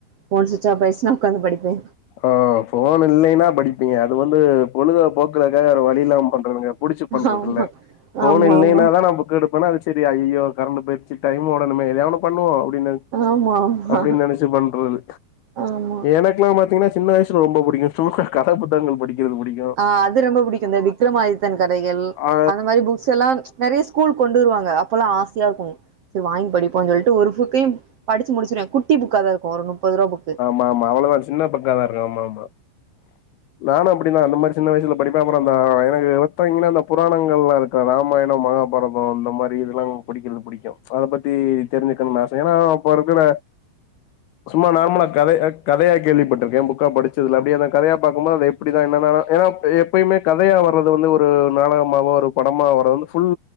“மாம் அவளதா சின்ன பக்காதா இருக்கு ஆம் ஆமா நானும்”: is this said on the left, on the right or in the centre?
Left